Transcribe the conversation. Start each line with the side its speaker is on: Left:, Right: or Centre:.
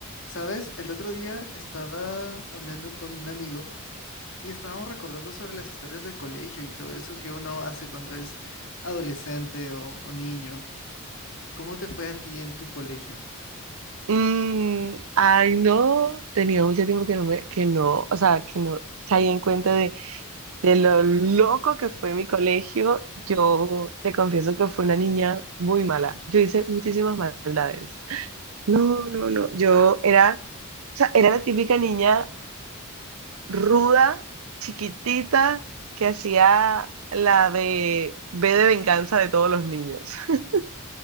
Left: ¿Sabes? El otro día estaba hablando con un amigo y estábamos recordando sobre las historias del colegio y todo eso que uno hace cuando es adolescente o, o niño. ¿Cómo te fue a ti en tu colegio?
Right: Mm, ay, no, tenía mucho tiempo que no me, que no, o sea, que no caí en cuenta de, de lo loco que fue mi colegio. Yo te confieso que fui una niña muy mala. Yo hice muchísimas maldades. No, no, no. Yo era, o sea, era la típica niña ruda, chiquitita, que hacía la de B de venganza de todos los niños. <laughs>